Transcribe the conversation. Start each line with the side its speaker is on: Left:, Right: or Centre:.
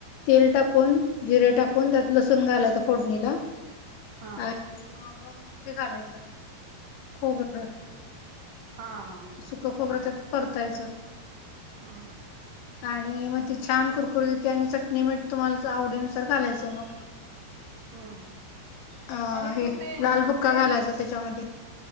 Left: तेल टाकून, जिरे टाकून, त्यात लसूण घालायच फोडणीला.
Right: हा
Left: आणि मग हे घालायचं खोबरं.
Right: हा. हा
Left: सुख खोबरं त्यात परतायचं.
Right: <unintelligible>
Left: आणि मग ते छान कुरकुरी हुत्या आणि चटणी, मीठ तुम्हाला जो आवडीनुसार घालायचं मग.
Right: हम्म
Left: अ..
Right: आणि
Left: हे
Right: तू ते
Left: लाल बुक्का घालायचा त्याच्यामध्ये.